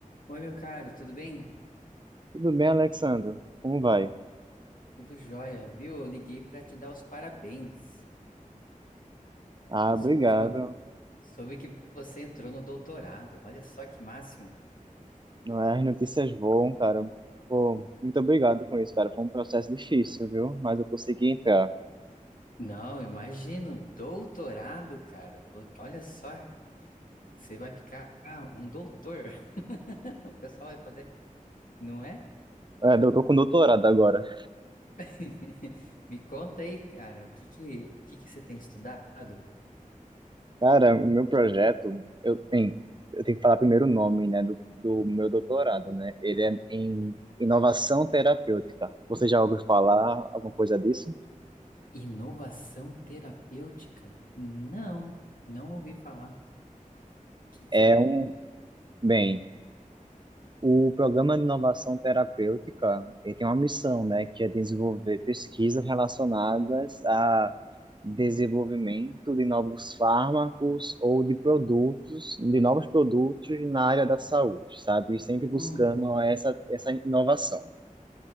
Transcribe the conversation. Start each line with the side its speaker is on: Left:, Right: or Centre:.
Left: Oi, meu caro, tudo bem?
Right: Tudo bem, Alexandre? Como vai?
Left: Tudo jóia, viu? Eu liguei para te dar os parabéns.
Right: Ah,
Left: Soube
Right: obrigado.
Left: que, vo- soube que você entrou no doutorado. Olha só que máximo.
Right: Não é, As notícias voam, cara. Pô, muito obrigado com isso, cara. Foi um processo difícil, viu? Mas eu consegui entrar.
Left: Não, imagino, doutorado, cara. Vo- Olha só, você vai ficar um doutor. <laughs> O pessoal vai poder, não é?
Right: É, eu tô com doutorado agora.
Left: <laughs> Me conta aí, cara, o que que, o que que você tem estudado?
Right: Cara, o meu projeto, eu, bem, eu tenho que falar primeiro o nome, né, do, do meu doutorado, né? Ele é em inovação terapêutica. Você já ouviu falar alguma coisa disso?
Left: Inovação terapêutica? Não, não ouvi falar. O que que
Right: É
Left: seria?
Right: um, bem, O programa de inovação terapêutica, ele tem uma missão, né, que é desenvolver pesquisas relacionadas a desenvolvimento de novos fármacos ou de produtos, de novos produtos na área da saúde, sabe? E sempre buscando
Left: Hum.
Right: essa, essa inovação.